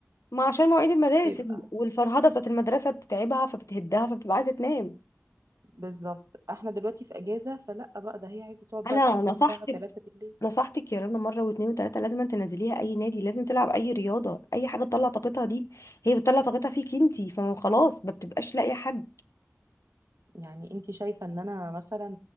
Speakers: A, on the left (about 75°); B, on the right (about 80°).
A: ما عشان مواعيد المدارس
B: بيبقى
A: ال- والفرهدة بتاعت المدرسة بتتعبها فبتهدها فبتبقى عايزة تنام
B: بالظبط احنا دلوقتي في اجازة فلا بقى ده هي عايزة تقعد
A: انا
B: بقى لحد
A: نصحت
B: الساعة 3 بالليل
A: نصحتك يا رنا مره واتنين وتلاته لازم تنزليها اي نادي لازم تلعب اي رياضه اي حاجه تطلع طاقتها دي هي بتطلع طاقتها فيك انتي فما خلاص ما بتبقاش لاقيه حد
B: يعني انت شايفة ان انا مثلا